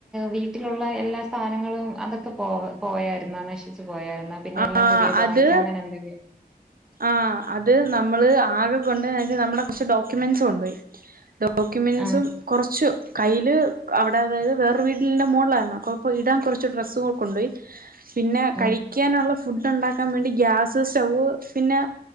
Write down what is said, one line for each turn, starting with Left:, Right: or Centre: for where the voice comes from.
Centre: വീട്ടിലുള്ള എല്ലാ സ്ഥാനങ്ങളും അതൊക്കെ പോ പോയായിരുന്ന നശിച്ചു പോയായിരുന്ന പിന്നെ
Right: ആഹ്
Centre: എല്ലാം പുതിയത്
Right: അത്
Centre: വാങ്ങിക്കാ അങ്ങനെ എന്തെങ്കിലും
Right: ആഹ് അത് നമ്മള് ആകെ കൊണ്ട വെച്ചാൽ നമ്മുടെ കുറച്ച് ഡോക്യൂമെന്റ്സ് കൊണ്ട് പോയി ഡോക്യൂുമെൻറ്സും
Centre: ആഹ്
Right: കുറച്ച് കയ്യിൽ അവിടെ അതായത് വേറെ വീട്ടിലിറെ മുകളിലായിരുന്നുപ്പ ഇടാൻ കുറച്ച് ഡ്രസ്സും കൊണ്ടുപോയി പിന്നെ കഴിക്കാനുള്ള
Centre: ആഹ്
Right: ഫുഡ് ഉണ്ടാക്കാൻ വേണ്ടി ഗ്യാസ് സ്റ്റവ് പിന്നെ